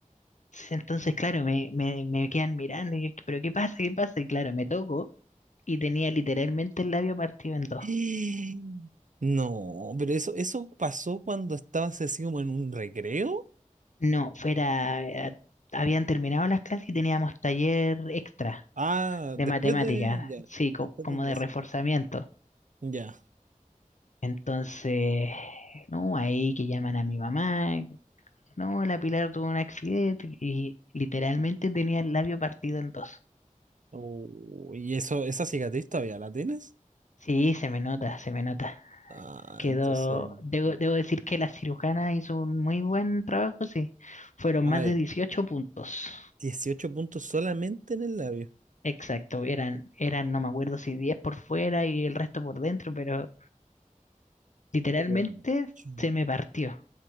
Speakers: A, on the left (about 65°); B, on the right (about 65°).
A: s- entonces, claro, me, me, me quedan mirando y yo, ¿pero qué pasa? ¿Qué pasa? Y claro, me toco y tenía literalmente el labio partido en dos.
B: <gasps> No, pero eso, eso pasó cuando estabas así como en un recreo.
A: No, fuera, eh, habían terminado las clases y teníamos taller extra
B: Ah,
A: de
B: después
A: matemática,
B: de... Ya,
A: sí, co-
B: después
A: como
B: de clase.
A: de reforzamiento.
B: Ya.
A: Entonces, no, ahí que llaman a mi mamá, no, la Pilar tuvo un accidente y literalmente tenía el labio partido en dos.
B: Oh, ¿y eso, esa cicatriz todavía la tienes?
A: Sí, se me nota, se me nota.
B: Ah,
A: Quedó,
B: entonces...
A: debo,
B: oh,
A: debo decir que la cirujana hizo un muy buen trabajo, sí. Fueron
B: Ah,
A: más
B: ya.
A: de 18 puntos.
B: 18 puntos solamente en el labio.
A: Exacto, eran, eran, no me acuerdo si 10 por fuera y el resto por dentro, pero literalmente
B: Pero era mucho.
A: se me partió.